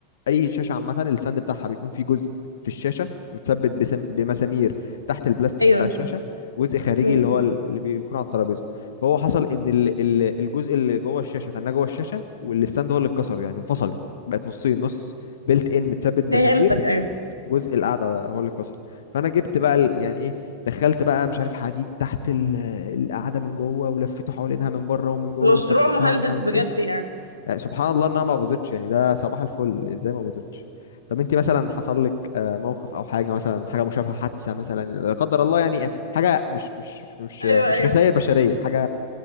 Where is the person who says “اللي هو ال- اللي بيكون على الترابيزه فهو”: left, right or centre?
Left